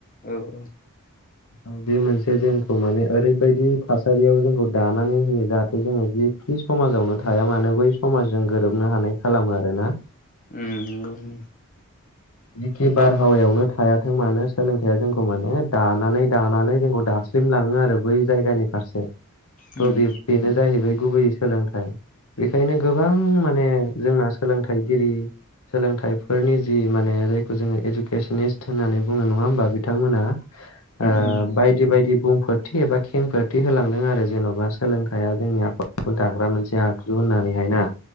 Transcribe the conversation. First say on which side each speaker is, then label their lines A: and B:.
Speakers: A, on the left; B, on the left.
A: औ उम
B: औ बे मोनसे जोंखौ माने ओरैबायदि थासारियाव जोंखौ दानानै होयो जहाथे जोङो जिखि समाजावनो थाया मानो बै समाजजों गोरोबनो हानाय खालामो आरोना।
A: उम नोगौं।
B: जिखि बारहावायावनो थायाथों मानो सोलोंथाइया जोंखौ माने दा लानानै दानानै जोंखौ दासिम लाङो आरो बै जायगानि फारसे थ
A: उम
B: बेनो जाहैबाय गुबैयै सोलोंथाइ बेखायनो गोबां माने जोंना सोलोंथाइगिरि सोलोंथाइफोरनि जि माने जायखौ जोङो इडुकेसनिस् होननानै बुङो नङा होमबा बिथांमोना ओ
A: उम
B: बायदि बायदि बुंफोरथि एबा खेंफोरथि होलांदों आरो जेनबा सोलोंथाइया जोंनि आखलखौ दाग्रा मोनसे आगजु होननानैहायना।